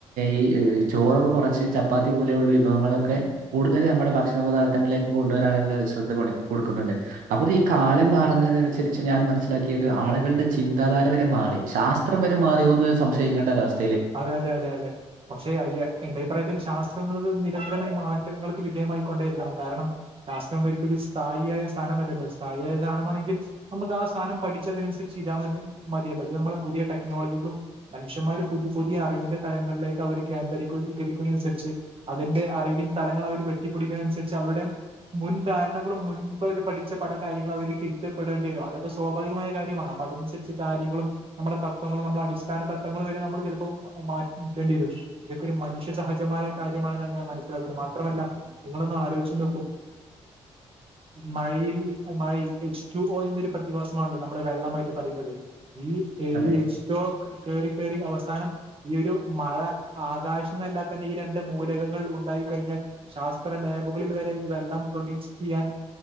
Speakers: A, on the right; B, on the right.
A: ഈ ചോറൊ കുറച്ച് ചപ്പാത്തി പോലെയുള്ള വിഭവങ്ങളൊക്കെ കൂടുതൽ നമ്മുടെ ഭക്ഷണ പദാർത്ഥങ്ങളിലേക്ക് കൊണ്ടുവരാനുള്ള ശ്രദ്ധ കൊടുക്കുന്നുണ്ട് അപ്പൊ ഈ കാലം മാറുന്നതിനനുസരിച്ച് ഞാൻ മനസ്സിലാക്കിയത് ആളുകളുടെ ചിന്താധാര വരെ മാറിസ് അത്രം വരെ മാറിയോ എന്ന് സംശയിക്കേണ്ട ഒവസ്ഥ
B: അതെ അതെ അതെ അതെ പക്ഷെ അയ്യ എന്റെ അഭിപ്രായത്തിൽ ശാസ്ത്രങ്ങ നിരന്തരമായി മാറ്റങ്ങൾക്ക് വിധേയമായി കൊണ്ടേരിക്കണം കാരണം രാാസ്ംരിക്കൊ ഒരു സ്ഥായിയായ സ്ഥാനമല്ലല്ലോ സ്ഥായിയായ സ്ഥാനമാണെങ്കിൽ നമുക്ക് ആ സാധനം പഠിച്ചതിനനുരിച്ച് ഇതാൽ മതി മതിയള്ളൂ ഇത് നമ്മളള് പുതിയ ടെക്നോളജികളും മനുഷ്യന്മാരും പുതിയ പുതിയ അറിവിന്റെ തലങ്ങളിലേക്ക് അവര് കേന്ദ്രീകകരിക്കുന്നനുസരിച്ച് അതിന്റെ അറിവിൻ സ്ഥലങ്ങൾ അവര് വെട്ടിപ്പിടിക്കുന്ന അനുസരിച്ച് അവരുടെ മുൻ ധാരണകും മുൻപ് അവര് പഠിച്ച പല കാര്യങ്ങളും അവർ തിരുത്തപ്പെടേണ്ടി വരും അതൊക്കെ സ്വാഭാവികമായ കാര്യമാണ് അതുസരിച്ച് കാര്യങ്ങളും നമ്മുടെ തവങ്ങളും നമ്മുടെ അടിസ്ഥാന തവങ്ങൾ വരെ നമ്മൾ ചിലപ്പോ മാറ്റി നിക്കേണ്ടി വരും. ഇതൊക്കൊ ഒരു മനുഷ്യ സഹജമായ കാര്യമാണെന്നാണ് ഞാൻ മനസ്സിലാക്കുന്നത് മാത്രമല്ല നിങ്ങളൊന്ന് ആലോചി നോക്കും മഴയിൽ മഴയിൽൽ എച്ച് ടു ഒ എന്നൊരു പ്രതിഭാസമാണല്ലോ നമ്മള് വെള്ളമായിട്ട് പറയുന്നത് ഈ
A: അതെ
B: എച്ച് ടു ഒ കേറി കറി അവസ്ഥ അവസാനം ഈ ഒരു മഴ ആകാശം എന്നല്ലാ തന്നെ ഈ രണ്ട് മൂലകങ്ങൾ ഉണ്ടായി കഴിഞ്ഞാൽ ശാസ്ത്ര ലാബുകളിൽ വരെ ഈ വെള്ളം പ്രൊഡ്യൂസ് ചെയ്യാൻ